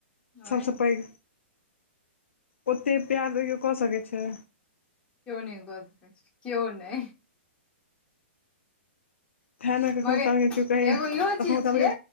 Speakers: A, on the left (about 15°); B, on the left (about 80°).
A: ओहे
B: सभसँ
A: ने
B: पैघ ओतेक प्यार तौ कऽ सकैत छै।
A: कजओ नहि गलत करै क्यओ नहि।
B: तेँ ने कखनो
A: मगर
B: कालके केओ कहैए
A: एगो इहो
B: कखनो
A: चीज
B: कालके
A: छियै।